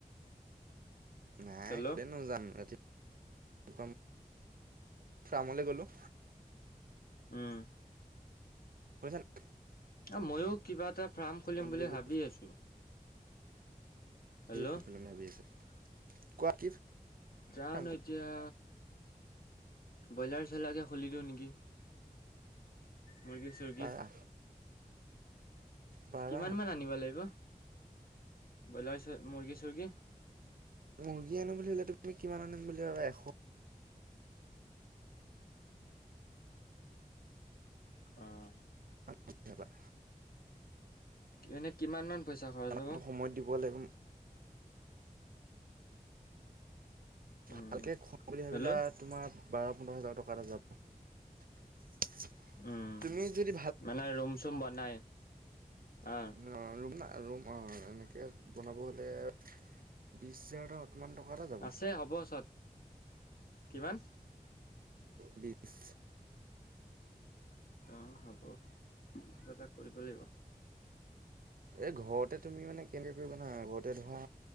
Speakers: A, on the right; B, on the left.
A: নাই
B: হেল্ল'
A: কলৈনো যাম, আজি ফ্ৰামলৈ গলো।
B: উম
A: কৰিছানে?
B: অ' ময়ো কিবা এটা ফাৰ্ম খুলিম বুলি
A: গ'লো
B: ভাবি আছো। হেল্ল'
A: কি খুলিম বুলি ভাবি আছে কোৱা কি
B: জানো
A: ফাৰ্ম
B: এতিয়া ব্ৰইলাৰ চইলাৰকে খুলি দিওঁ নেকি। মৰ্গী চৰ্গী
A: পাৰা পাৰা
B: কিমান মান আনিব লাগিব, ব্ৰইলাৰ মুৰ্গী চুুৰৰ্গী
A: মুৰ্গী আনো বুলিলে তুমি কিমান আনিম বুলি ভাবা এশ
B: আহ।
A: ধন্যবাদ।
B: এনেই কিমান মান পইচা খৰচ
A: দানাটো
B: হ'ব?
A: সময়ত দিব লাগিব
B: উম
A: ভালকে খুৱাওঁ বুলি ভাবিলে
B: হেল্ল'
A: তোমাৰ বাৰ পোন্ধৰ হাজাৰ টকা এটা যাব।
B: উম
A: তুমি যদি
B: মানে ৰুম চুম বনাই? অ
A: ম ৰুম আ ৰুম অ'। বনাব হ'লে বিশ হেজাৰ অমান টকা এটা যাব।
B: আছে হ'ব চত কিমান?
A: বিছ।
B: অ' হ'ব কিবা এটা কৰিব লাগিব।
A: এ ঘৰতে তুমি মানে কেনে ত জানা ঘৰতে ধৰা